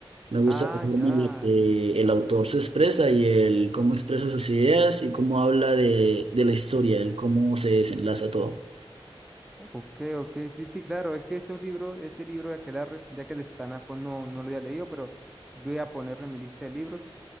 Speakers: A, on the right (about 80°); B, in the centre.
A: Me gusta
B: Ah,
A: la forma
B: ya.
A: en la que el autor se expresa y el cómo expresa sus ideas y cómo habla de, de la historia, el cómo se desenlaza todo.
B: Ok, ok, sí, sí, claro, es que esos libros, ese libro de Aquelarre, ya que el de Satanás, pues no, no lo había leído, pero voy a ponerlo en mi lista de libros